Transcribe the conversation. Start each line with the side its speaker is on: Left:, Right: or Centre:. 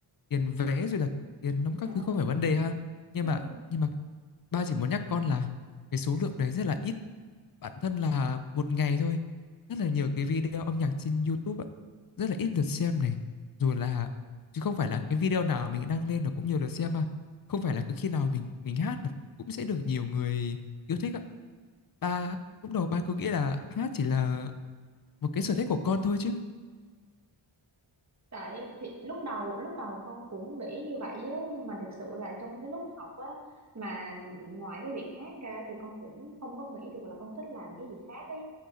Left: tiền vé rồi là tiền nóng
Right: dạ
Left: các thứ không phải vấn đề ha nhưng
Right: đúng
Left: mà
Right: rồi
Left: nhưng mà ba chỉ muốn nhắc con là cái số lượng đấy rất là ít bản thân là một ngày thôi rất là nhiều cái video âm nhạc trên YouTube ạ rất là ít lượt xem này rồi là chứ không phải là cái video nào mình đăng lên nó cũng nhiều lượt xem mà không phải là cứ khi nào mình mình hát mà cũng sẽ được nhiều người yêu thích ạ ba lúc đầu ba cứ nghĩ là hát chỉ là một cái sở thích của con thôi chứ
Right: Tại thì lúc đầu lúc đầu con cũng nghĩ như vậy á, nhưng mà thực sự là trong cái lúc học á mà ngoài cái việc khác ra thì con cũng không có nghĩ được là con thích làm cái gì khác ấy